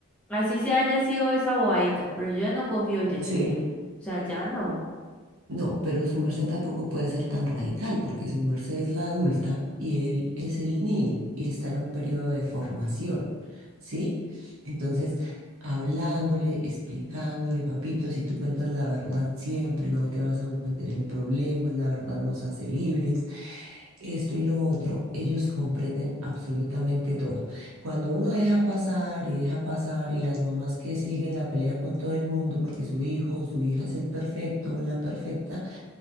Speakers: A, in the centre; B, on the right.
A: así se haya sido esa bobadita, pero yo ya no confío en él.
B: Sí,
A: O sea, ya no,
B: no, pero su merced tampoco puede ser tan radical, porque su merced es la adulta y él es el niño y está en un periodo de formación, ¿sí? Entonces, hablándole, explicándole, papito, si tú cuentas la verdad siempre, no te vas a meter en problemas, la verdad nos hace libres, esto y lo otro, ellos comprenden absolutamente todo. Cuando uno deja pasar y deja pasar y las mamás que siguen la pelea con todo el mundo porque su hijo o su hija es el perfecto o la perfecta,